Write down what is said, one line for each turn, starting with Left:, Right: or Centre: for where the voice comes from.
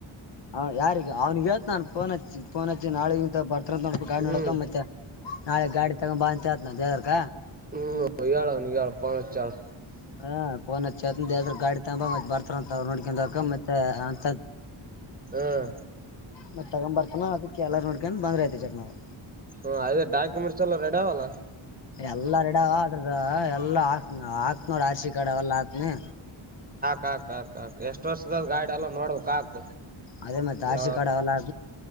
Left: ಹ ಯಾರಿಗೆಗ ಅವ್ನಿಗೆ ಹೇಳ್ತೀನಿ ನಾನ್ ಫೋನ್ ಹಚ್ಚಿ ಫೋನ್ ಹಚ್ಚಿ ನಾಳೆಗಿಂತ ಬರ್ತಂತ ನೋಡ್ ಗಾ
Right: ಹ್ಮ್
Left: ನೋಡಕ ಮತ್ತೆ ನಾಳೆ ಗಾಡಿ ತಗೊ ಬ ಅಂತ ಹೇಳ್ತಿನಿ ಡ್ರೈವರ್ಕ
Right: ಹ್ಮ ಯಳ ನೀ ಯಳ ಪ ಚಲ್
Left: ಹ ಪೋನ್ ಹ ಗಾಡಿ ತಂಬ ಮತ್ತತ್ ಬರ್ತ ತ್ರಂತ ಅವ್ರು ನೋಡ್ಕಕ ಮತ್ತೆ ಅಂತ
Right: ಹ್ಮ್
Left: ಮತ್ತ ತಗೊ ಬರ್ತಾನ ಅದಕ್ಕೆ ಎಲ್ಲಾರ ನೋಡ್ಕೊಂಡ್ ಬಂದ್ ಐತಿ ಚಕ್ ನಾವ್
Right: ಹ ಅದ ಡಾಕ್ಯುಮೆಂಟ್ಸ್ ಎಲ್ಲ ರೆಡಿ ಆಲ್ಲ
Left: ಎಲ್ಲ ರಡಾವ ಅದ್ರದ ಎಲ್ಲಾ ಹಾಕ್ ಹಾಕ್ ನೋಡಿ ಆರ್ಸಿ ಕಾಡೆ ಅವಲ್ಲ ಹತನೇ
Right: ಕಾಕ್ ಕಾಕ್ ಕಾಕ್ ಎಷ್ಟ್ ವರ್ಷದ ಗಾಡಿ ಎಲ್ಲಾ ನೋಬೇಕು ಕಾಕ್
Left: ಅದೇ ಮತ್ ಆರ್
Right: ಯ
Left: ಸಿ ಕಾರ್ಡ್ ಅವೆಲ್ಲ